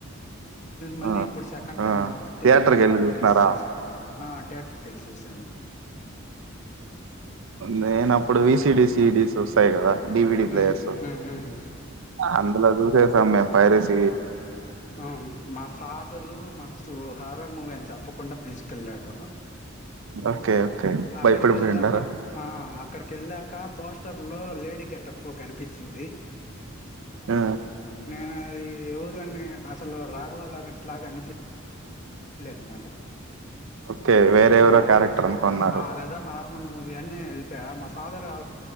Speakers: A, on the left (about 35°); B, on the right (about 75°).
A: మళ్ళీ
B: ఆ
A: ఇప్పుడు సెకండ్
B: ఆ
A: టైమ్ కాబట్టి
B: థియేటర్ కి వెళ్ళి చూసినారా
A: మిస్ చేసుకో ట కలిసిూశాను
B: నేన అప్పుడు విసి డిసిడిసి చూాయి కదా డివిడి ప్లేయర్స్
A: హ్మ్ హ్మ్ హ్మ్
B: అలా చూసే సమయం పైరస
A: అవును మా ఫాదరు మా హారర్ మూవీ అని చెప్పకుండా పిలుచు కలాడు
B: ఓకే ఓకే
A: ఆక్కడకెళ్లాక
B: భయపడిపోయిండారా
A: అక్కడకెళ్ళక పోష్ నిద్దర్లో లేడీ గెటప్పు కనిపించింది
B: ఆ
A: నేను అది ఎవరు అని అసలు రాగవాలారెన్స్ లాగా అనిపి లేదు నాకు
B: ఓకే వేరేవరో
A: ఆ
B: క్యారెక్టర్ అనుకున్నారు
A: ఆ అదేదో మూవీ అని ఎలిపాయా మా ఫాదర్ ఆ